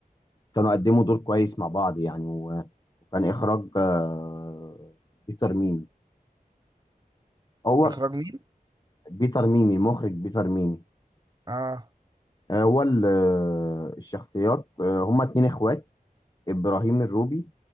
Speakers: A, on the left (about 25°); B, on the right (about 25°).
A: كانوا قدموا دور كويس مع بعض يعني و- وكان اخراج آه، بيتر ميمي هو
B: اخراج مين
A: بيتر ميمي المخرج بيتر ميمي
B: اه
A: آه، هو ال- آه، الشخصيات آه، هما اتنين اخوات ابراهيم الروبي